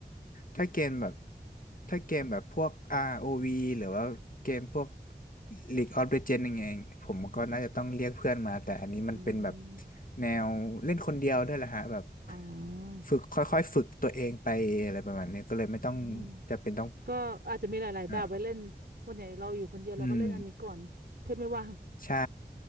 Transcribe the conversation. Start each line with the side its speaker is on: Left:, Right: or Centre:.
Left: ถ้าเกมแบบถ้าเกมแบบพวก ROV หรือว่าเกมพวก League of Legends ยังไงผมก็น่าจะต้องเรียกเพื่อนมาแต่อันนี้มันเป็นแบบ
Right: อืม
Left: แนวเล่นคนเดียวด้วยแหละฮะแบบ
Right: อ๋อ
Left: ฝึกค่อยๆฝึกตัวเองไปอะไรประมาณนี้ก็เลยไม่ต้อง
Right: อืม
Left: จะเป็นต้อง
Right: ก็อาจจะมีหลายๆแบบไว้เล่นวันไหนเราอยู่คนเดียวเราก็เล่นอันนี้ก่อนเพื่อนไม่ว่าง
Left: อ่าอืมใช่